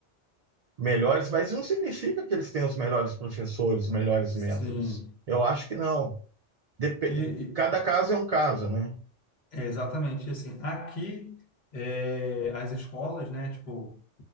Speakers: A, on the right; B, on the left.
A: melhores, mas não significa que eles tenham os melhores professores, os melhores
B: Sim.
A: métodos. Eu acho que não. Dep-
B: E,
A: Cada caso é um caso, né?
B: É, exatamente, e assim, aqui é, as escolas, né, tipo,